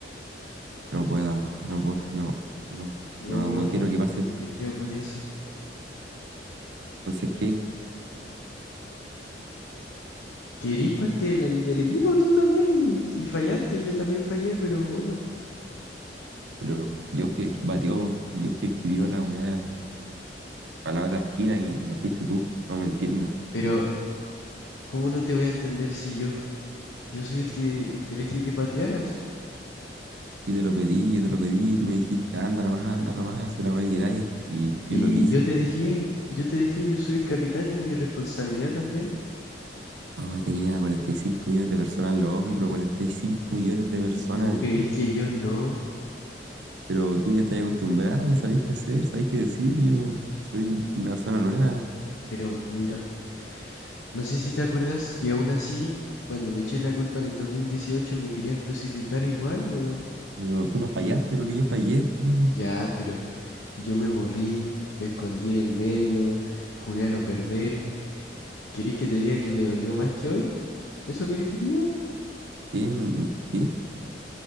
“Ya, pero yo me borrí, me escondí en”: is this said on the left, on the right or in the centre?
Left